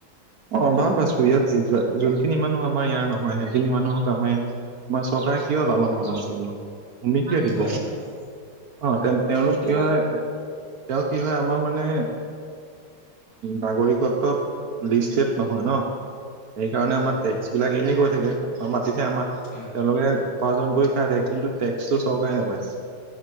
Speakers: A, on the right; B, on the left.
A: অ ভাল পাইছো ইয়াত যোনখিনি মানুহ আমাৰ ইয়াৰ নহয় সেইখিনি মানুহক আমাৰ ইয় আমাৰ চব তাই কিয়' লালন পাচন কৰিব। মিট কিয় দিব
B: হয় হয় হয়।
A: অ তেওঁ তেওঁলোক
B: এইটো
A: কি হয় তেওঁ কি হয় আমাৰ মানে নাগৰিকত্বত। লিষ্টেড নহয় ন সেইকাৰণে
B: হয়
A: আমাৰ টেক্স বিলাক এনেই গৈ থাকে আমাৰ। তেতিয়া আমাৰ তেওঁলোকে
B: হয়
A: উপাৰ্জন কৰি খাই থাকে কিন্তু টেক্সটো চৰকাৰে নাপায়।